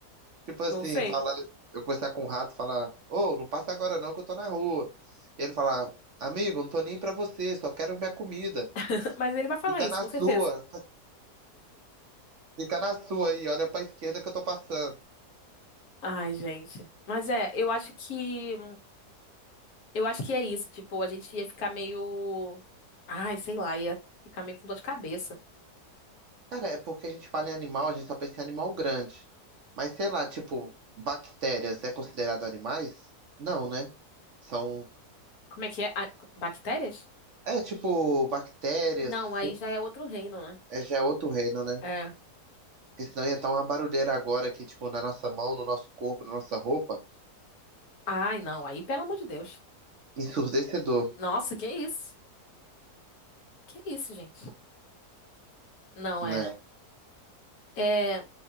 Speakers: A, on the right; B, on the left.
A: Tipo assim,
B: Não sei.
A: falar, eu conversar com um rato, falar, ô, não passa agora não, que eu tô na rua. E ele falar, amigo, não tô nem pra você, só quero minha comida.
B: <laughs> Mas ele vai falar
A: Fica
B: isso,
A: na
B: com
A: sua,
B: certeza.
A: fica na sua aí, olha pra esquerda que eu tô passando.
B: Ai, gente. Mas é, eu acho que Eu acho que é isso, tipo, a gente ia ficar meio. Ai, sei lá, ia ficar meio com dor de cabeça.
A: Cara, é porque a gente fala em animal, a gente só pensa em animal grande. Mas sei lá, tipo, bactérias é considerado animais? Não, né? São.
B: Como é que é? Ah, Bactérias?
A: É tipo, bactérias,
B: Não,
A: fungos,
B: aí já é outro reino, né?
A: é, já é outro reino, né?
B: É.
A: Porque senão ia estar uma barulheira agora aqui, tipo, na nossa mão, no nosso corpo, na nossa roupa.
B: Ai, não, aí pelo amor de Deus.
A: ensurdecedor,
B: Nossa, que isso? Que isso, gente? Não
A: né?
B: é. É.